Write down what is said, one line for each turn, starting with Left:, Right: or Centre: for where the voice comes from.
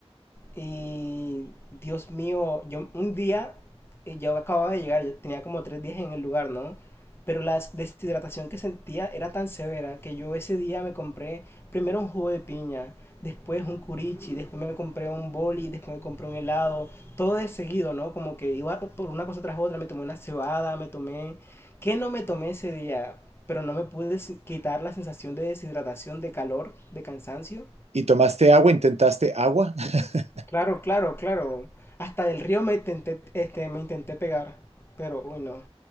Left: Y Dios mío, yo un día, eh, yo acababa de llegar, yo tenía como tres días en el lugar, ¿no? Pero la deshidratación que sentía era tan severa que yo ese día me compré primero un jugo de piña, después un curichi, después me compré un boli, después me compré un helado, todo de seguido, ¿no? Como que iba por una cosa tras otra, me tomé una cebada, me tomé... ¿Qué no me tomé ese día? Pero no me pude des- quitar la sensación de deshidratación, de calor, de cansancio.
Right: ¿Y tomaste agua? ¿Intentaste agua? <laughs>
Left: Claro, claro, claro. Hasta del río me intenté, este, me intenté pegar, pero uy no.